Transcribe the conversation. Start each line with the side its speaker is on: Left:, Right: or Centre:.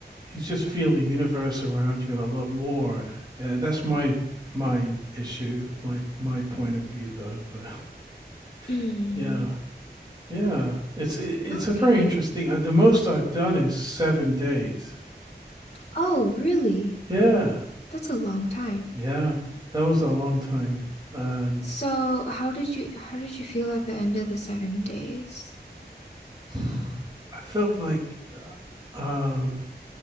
Right: you just feel the universe around you a lot more and that's my my issue my my point of view though but
Left: Hmm.
Right: <laughs> yeah yeah it's it, it's
Left: okay.
Right: a very interesting uh, the most i've done is seven days
Left: Oh, really?
Right: yeah
Left: That's a long time.
Right: yeah that was a long time and
Left: So, how did you how did you feel at the end of the seven days?
Right: <sighs> i felt like uh, um